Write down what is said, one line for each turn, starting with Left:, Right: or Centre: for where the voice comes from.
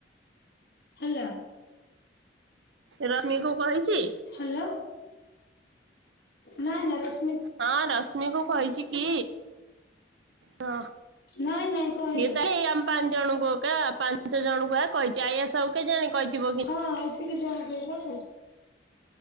Left: ହେଲା
Right: ରସ୍ମି କୁ କହିଛି
Left: ହ୍ୟାଲୋ ନାଇଁ ନା ରୋଷ
Right: ହଁ ରଶ୍ମିକୁୁ କହିଛି କି ହ
Left: ନାଇଁ ନାଇଁ କହିନି
Right: ସିଏ ତ ହେ ଆମ ପାଞ୍ଚ ଜଣଙ୍କୁ ଏକ ପାଞ୍ଚ ଜଣଙ୍କୁଆ କହିଛି ଆଇଆ ସାଉ କେ ଜାଣି କହିଥିବ କି,
Left: ହଁ ଆଇ ଥିଲି ଜାହାବି ଭଲ